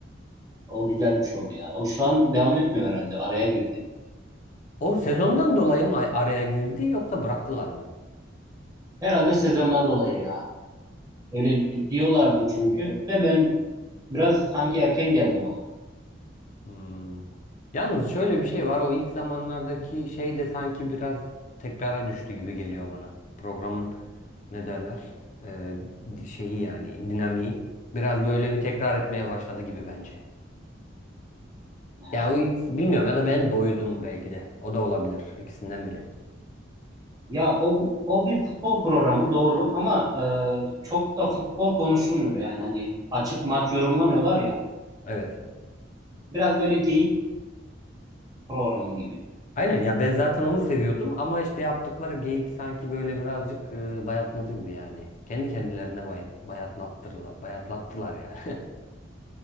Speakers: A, on the right; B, on the left.
A: O güzel bir şey oldu ya. O şu an devam etmiyor herhalde. Araya girdi.
B: O sezondan dolayı mı araya girdi yoksa bıraktılar mı?
A: Herhalde sezondan dolayı ya. Öyle di- diyorlardı çünkü. De ben biraz sanki erken geldi bana.
B: Hmm. Yalnız şöyle bir şey var. O ilk zamanlardaki şey de sanki biraz tekrara düştü gibi geliyor bana. Programın ne derler? Ee, di- şeyi yani dinamiği. Biraz böyle bir tekrar etmeye başladı gibi bence.
A: He.
B: Ya o ilk, bilmiyorum ya da ben doydum belki de. O da olabilir. İkisinden biri.
A: Ya o, o bir futbol programı doğru ama e, çok da futbol konuşulmuyor. Yani hani açıp maç yorumlamıyorlar ya.
B: Evet.
A: Biraz böyle geyik programı gibi.
B: Aynen ya ben zaten onu seviyordum ama işte yaptıkları geyik sanki böyle birazcık e, bayatladı gibi yani. Kendi kendilerine bay, bayatlattırla, bayatlattılar yani. <laughs>